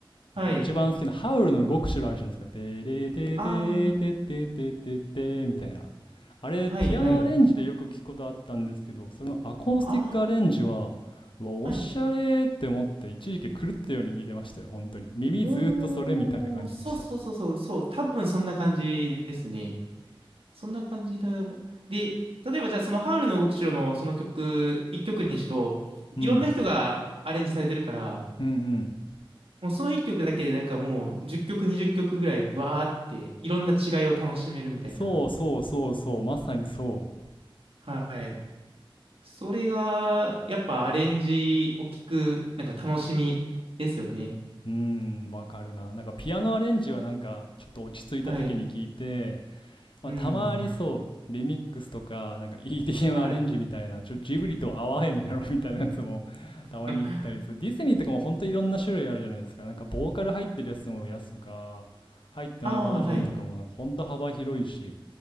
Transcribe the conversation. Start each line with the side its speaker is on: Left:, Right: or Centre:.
Right: はい。
Left: 僕一番好きなハウルの動く城あるじゃないですか。てれてててててててみたいな。
Right: あ
Left: あれ、
Right: あ、はい、
Left: ピアノアレンジでよく聞くことあったんですけど、
Right: はい。
Left: それのアコースティックアレンジは、
Right: ああ。
Left: うわ、おしゃれって思って、
Right: はい
Left: 一時期狂ったように聞いてましたよ、本当に。耳ずーっとそれみたいな感じでした。
Right: おー、そうそうそうそう、そう、多分そんな感じですね。そんな感じだ。で、例えばじゃあそのハウルの動く城のその曲、一曲にしろ、
Left: うん。
Right: いろんな人がアレンジされてるから、
Left: うんうん。
Right: もうその一曲だけでなんかもう10曲、20曲ぐらいバーっていろんな違いを楽しめるみたいな。
Left: そうそうそうそう、まさにそう。
Right: はい。それが、やっぱアレンジを聞く、なんか楽しみですよね。
Left: うーん、わかるな。なんかピアノアレンジはなんか、ちょっと落ち着いた時に聞いて、
Right: はい。
Left: まあ、
Right: うん。
Left: たまにそう、リミックスとか、なんか EDM
Right: はい。
Left: アレンジみたいな、ちょ、ジブリと合わへんやろみたいなやつもたまに行ったりする。
Right: あ
Left: ディズニーとかも本当いろんな種類あるじゃないですか。なんかボーカル入ってるやつもやつとか、入ってないバージョンとかもなんか本当幅広いし。
Right: あ、はい。